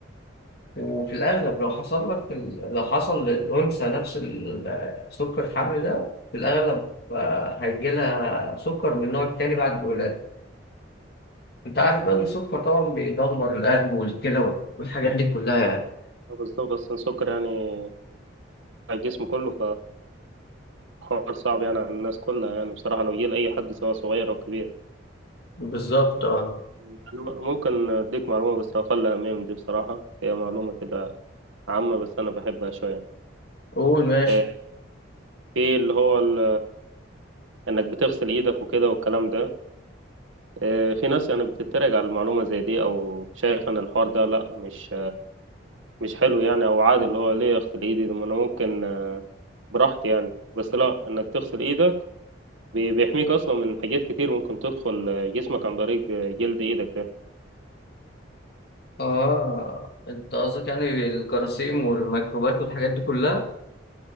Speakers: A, on the left; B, on the right.
A: وفي الاغلب لو حصل لك ال- لو حصل للانثى نفس ال- سكر الحمل ده في الاغلب آه، هيجيلها سكر من النوع التاني بعد الولاده انت عارف بقى ان السكر طبعا بيدمر القلب والكلى وال- والحاجات دي كلها يعني
B: آه، بالظبط اصلا السكر يعني على الجسم كله فحوار صعب يعني على الناس كلها يعني بصراحه لو جه لاي حد سواء صغير او كبير
A: بالظبط اه
B: أنا ممكن أديك معلومة بس أقل أهمية من دي بصراحة هي معلومة كده عامة بس أنا بحبها شوية
A: قول ماشي
B: إيه، في اللي هو ال... إنك بتغسل إيدك وكده والكلام ده إيه، في ناس يعني بتتريق على المعلومة زي دي أو شايف إن الحوار ده لأ مش مش حلو يعني أو عادي اللي هو ليه أغسل إيدي ده ما أنا ممكن آه، براحتي يعني بس لأ إنك تغسل إيدك بي- بيحميك أصلا من حاجات كتير ممكن تدخل آه، جسمك عن طريق آه، جلد إيدك ده.
A: اه انت قصدك يعني الجراثيم والميكروبات والحاجات دي كلها